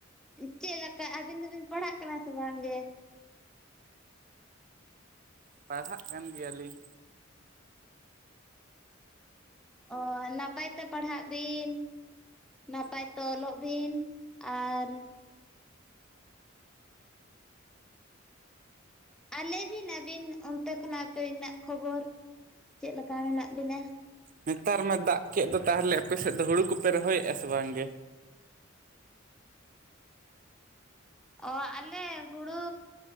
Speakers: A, in the centre; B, on the right.
A: ᱪᱮᱫ ᱞᱮᱠᱟ ᱟᱹᱵᱤᱱ ᱫᱚᱵᱤᱱ ᱯᱟᱲᱦᱟᱜ ᱠᱟᱱᱟ ᱥᱮ ᱵᱟᱝ ᱜᱮ?
B: ᱯᱟᱲᱦᱟᱜ ᱠᱟᱱ ᱜᱮᱭᱟ ᱞᱤᱧ᱾
A: ᱚᱸ ᱱᱟᱯᱟᱭ ᱛᱮ ᱯᱟᱲᱦᱟᱜ ᱵᱤᱱ᱾ ᱱᱟᱯᱟᱭ ᱛᱮ ᱚᱞᱚᱜ ᱵᱤᱱ ᱟᱨᱼᱼ ᱟᱨ ᱞᱟᱹᱭ ᱵᱤᱱ ᱟᱹᱵᱤᱱ ᱚᱱᱛᱮ ᱠᱷᱚᱱᱟᱜ ᱛᱮᱱᱟᱹᱜ ᱠᱷᱚᱵᱚᱨ ᱪᱮᱫ ᱞᱮᱠᱟ ᱢᱮᱱᱟᱜ ᱵᱤᱱᱟ?
B: ᱱᱮᱛᱟᱨ ᱢᱟ ᱫᱟᱜ ᱠᱮᱫ ᱫᱚ ᱛᱟᱦᱚᱞᱮ ᱟᱯᱮ ᱥᱮᱫ ᱫᱚ ᱦᱩᱲᱩ ᱠᱚᱯᱮ ᱨᱚᱦᱚᱭ ᱮᱫᱼᱟ ᱥᱮ ᱵᱟᱝ ᱜᱮ?
A: ᱚᱸ ᱟᱞᱮ ᱦᱩᱲᱩ